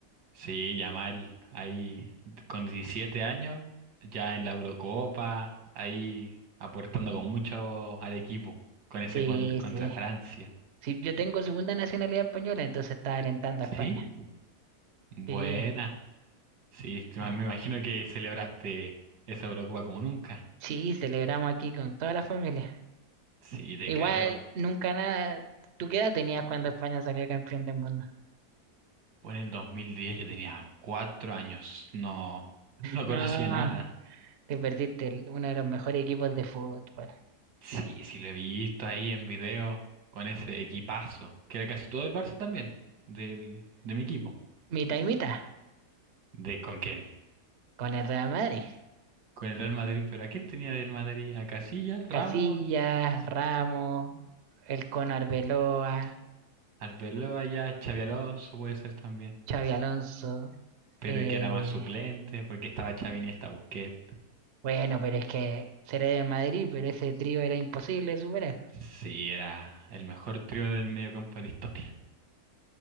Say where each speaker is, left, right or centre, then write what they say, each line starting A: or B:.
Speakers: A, on the right (about 80°); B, on the right (about 55°).
A: sí, Yamal, ahí con 17 años, ya en la Eurocopa, ahí aportando con mucho al equipo, con ese
B: Sí,
A: gol contra
B: sí.
A: Francia.
B: Sí, yo tengo segunda nacionalidad española, entonces estaba alentando a España.
A: Sí, buena.
B: Sí.
A: Sí, te
B: Ah,
A: ma- me imagino que celebraste esa Eurocopa como nunca.
B: Sí, celebramos aquí con toda la familia.
A: Sí, te
B: Igual,
A: creo.
B: nunca nada. ¿Tú qué edad tenías cuando España salió campeón del mundo?
A: Fue en el dos mil diez yo tenía cuatro años, no, no
B: No,
A: conocía nada.
B: te perdiste el- uno de los mejores equipos de fútbol.
A: Sí, sí lo he visto ahí en video con ese equipazo, que era casi todo el Barça también, del, de mi equipo.
B: Mitad y mitad,
A: ¿De con quién?
B: con el Real Madrid.
A: Con el Real Madrid, pero ¿a quién tenía del Madrid? A Casillas,
B: Casillas,
A: Ramos,
B: Ramos, el Cono Arbeloa,
A: Arbeloa ya, Xavi Alonso puede ser también.
B: Xavi Alonso.
A: Pero
B: eh,
A: que era más suplente, porque estaba Xavi y estaba Busquets.
B: bueno, pero es que seré del Madrid, pero ese trío era imposible de superar.
A: Sí, era el mejor trío del mediocampo de la historia.